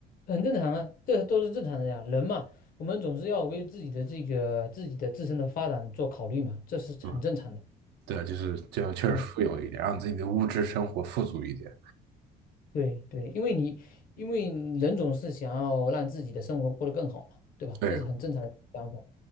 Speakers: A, on the left; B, on the right.
A: 很正常啊，这都是正常的呀。人嘛，我们总是要为自己的这个自己的自身的发展做考虑嘛，这是很正常的。
B: <laughs> 嗯，对，就是就确实富有一点，
A: 嗯，
B: 让自己的物质生活富足一点。
A: 对对，因为你因为人总是想要让自己的生活过得更好嘛，对吧？
B: 对，
A: 这是很正常的想法。